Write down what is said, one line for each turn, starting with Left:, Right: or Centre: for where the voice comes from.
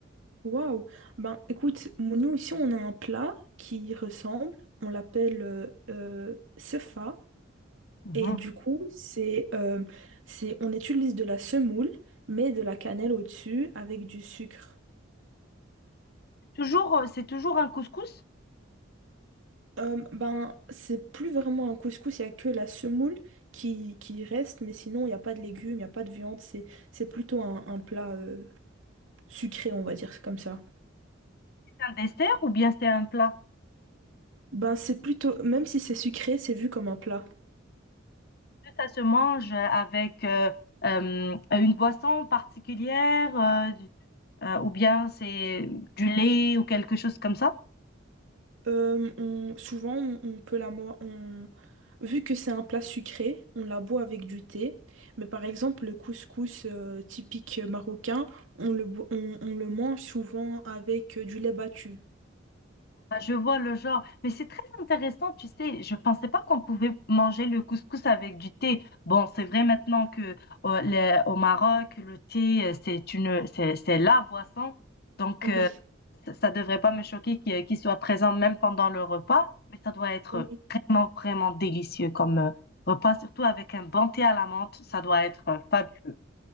Right: Waouh! Ben écoute, mon- nous ici on a un plat qui y ressemble, on l'appelle euh, euh, sefa
Left: Mhm.
Right: et du coup c'est euh, c'est on utilise de la semoule mais de la cannelle au-dessus avec du sucre.
Left: Toujours, euh, c'est toujours un couscous,
Right: Euh, ben c'est plus vraiment un couscous, il n'y a que la semoule qui, qui reste mais sinon il n'y a pas de légumes, il n'y a pas de viande, c'est c'est plutôt un, un plat euh, sucré on va dire comme ça.
Left: c'est un dessert ou bien c'est un plat?
Right: Ben c'est plutôt, même si c'est sucré c'est vu comme un plat.
Left: ça se mange avec euh, euh, une boisson particulière euh, du- euh, ou bien c'est du lait ou quelque chose comme ça?
Right: Euh, on- souvent, on, on peut la, mo- on, vu que c'est un plat sucré, on la boit avec du thé. Mais par exemple, le couscous euh, typique marocain, on le, bo- on, on le mange souvent avec euh, du lait battu.
Left: Ah, je vois le genre, mais c'est très intéressant, tu sais, je pensais pas qu'on pouvait manger le couscous avec du thé. Bon, c'est vrai maintenant que euh, le- au Maroc, le thé, euh, c'est une, c'est, c'est la boisson, donc
Right: Oui.
Left: euh, ça ça devrait pas me choquer qu'il qu'il soit présent même pendant le repas, mais ça doit être
Right: Oui,
Left: vraiment, vraiment délicieux comme euh, repas, surtout avec un bon thé à la menthe, ça doit être euh, fabuleux.